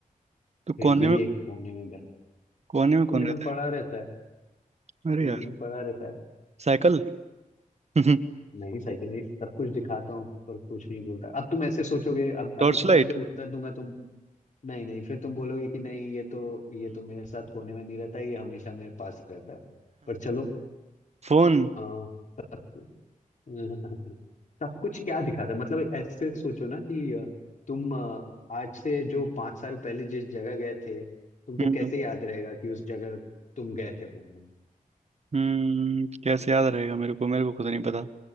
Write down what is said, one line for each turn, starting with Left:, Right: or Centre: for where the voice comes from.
Right: तो कोने
Left: फिर भी
Right: में
Left: एक कोने में घर
Right: कोने में
Left: कोने
Right: कौन
Left: में
Right: रहता
Left: पड़ा
Right: है
Left: रहता है
Right: अरे
Left: कोने
Right: यार
Left: में पड़ा रहता है
Right: साइकिल <laughs>
Left: नहीं साइकिल सब कुछ दिखाता हूँ पर कुछ नहीं बोलता अब तुम ऐसे सोचोगे अब अब
Right: Torch
Left: इसका
Right: light
Left: मैं जब उत्तर दूंगा तुम नहीं नहीं फिर तुम बोलोगे कि नहीं ये तो ये तो मेरे साथ कोने में नहीं रहता ये हमेशा मेरे पास रहता है पर चलो
Right: फोन
Left: अ, सब, <laughs> सब कुछ क्या दिखाता है मतलब ऐसे सोचो ना कि अ, तुम अ, आज से जो पांच साल पहले जिस जगह गए थे तुमको
Right: हम्म
Left: कैसे याद रहेगा कि उस जगह तुम गए थे घूमने
Right: हम्म कैसे याद रहेगा मेरे को मेरे को खुद नहीं पता